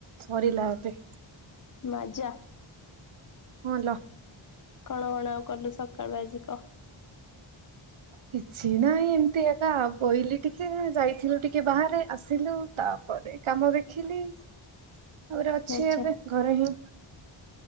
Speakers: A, on the right (about 75°); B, on the left (about 40°).
A: ସରିଲା ଏବେ।
B: ମାଜା।
A: ହଁ ଲୋ।
B: କଣ କଣ ଆଉ କଲୁ ସକାଳୁ ଆଜି କ?
A: କିଛି ନାହିଁ ଏମିତି ଏକା ବୋଇଲି ଟିକେ ଯାଇଥିଲୁ ଟିକେ ବାହାରେ ଆସିଲୁ ତା ପରେ କାମ ଦେଖିଲି ତାପରେ ଅଛି
B: ଆଚ୍ଛା
A: ଏବେ ଘରେ ହିଁ।